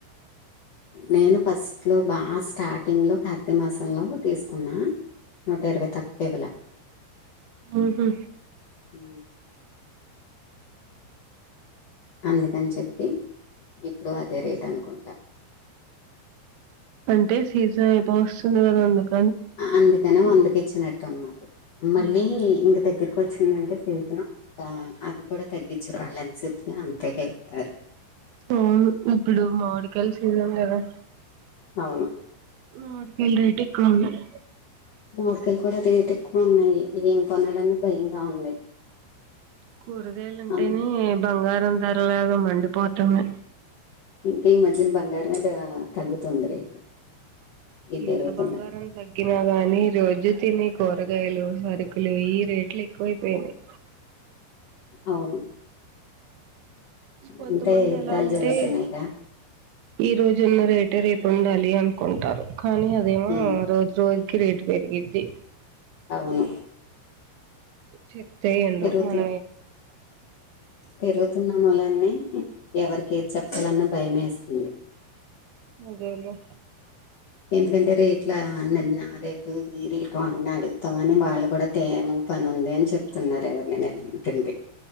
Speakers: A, on the left (about 65°); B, on the right (about 80°).
A: నేను ఫస్ట్లో బాగా స్టార్టింగ్లో కార్తీ మాసంలో తీసుకున్నా నూట ఇరవై తక్కువ ఇవల
B: ఆహా
A: హ అందుకని చెప్పి ఇప్పుడు అదే రేట్ అనుకుంటా
B: అంటే సీజన్ ఏ బా వస్తుంది కదా అందుకు
A: అందుతనా వందకి నచ్చినట్టున్నారు మళ్ళీ
B: ఉమ్,
A: ఇం దగ్గర వచ్చిందంటే సీజన్ అది కూడా తగ్గించు రా వాళ్ళని చెప్తే అంతాక వెతారు
B: ఆ ఇప్పుడు మామిడికాయల సీజన్ కదా
A: అవును
B: అ రేట్ ఎక్కువ ఉన్నాయి
A: మావిడికయలు కూడా రేట్ ఎక్కువ ఉన్నాయి ఏం కొనాలన్నా భయంగా ఉంది
B: కూరగాయలు అంటేనే
A: అన్
B: బంగారం ధరలాగామండి డిపోతనయి
A: ఇంకా ఈ మధ్యన బంగారం మీద తగ్గుతుంది రేటు ఇవి
B: ఏంత
A: పెరుగుతున్నాయి
B: బంగారం తగ్గి ఇ కాని రోజు తిని కూరగాయలు సరుకులు ఈ రే ట్లు ఎక్ అయిపోయినాయి
A: అవును
B: కొంతమంది
A: అంటే యుద్ధాలు
B: ఎలా అంటే
A: జరుగుతున్నాయికా
B: ఈ రోజున్న రేటే రేపు ఉండాలి అనుకుంటారు కానీ అదేమో
A: ఉమ్,
B: రోజు రోజు క్రీట్ పెరిగిద్ది
A: అవును
B: చె తే వినరు
A: పెరుగుతు
B: మన
A: పెరుగుతున్న మొలాన్నన్ని ఎవరికి చెప్పాలన్న భయమే వేస్తుంది
B: అదేలే
A: ఎందుకంటే రేట్లన్న రేట్ ఈ రేట్లు అన్న అడుగుతగానే వాళ్ళు కూడా తేము పని ఉంది అని చెప్తున్నారు ఎవరు నేను అడుగుతుంటే